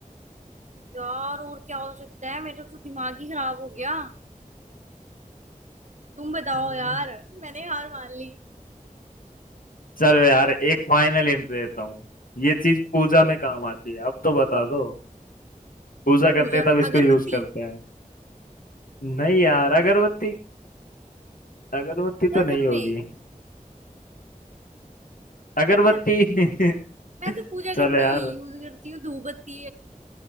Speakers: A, on the right; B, on the left.
A: यार और क्या हो सकता है मेरा तो दिमाग ही खराब हो गया तुम बताओ
B: हम्म,
A: यार मैंने हार मान ली
B: चलो यार एक फाइनल हिंट देता हूँ ये चीज पूजा में काम आती है अब तो बता दो पूजा करते
A: पूजा
B: हैं
A: में
B: तब इसको
A: अगरबत्ती
B: यूज करते हैं नहीं यार अगरबत्ती अगरबत्ती
A: पूजा
B: तो नहीं
A: घर
B: होगी
A: में
B: अगरबत्ती
A: यार मैं तो
B: <laughs>
A: मैं तो पूजा घर
B: चलो
A: में
B: यार
A: ये यूज करती हूँ धूपबत्ती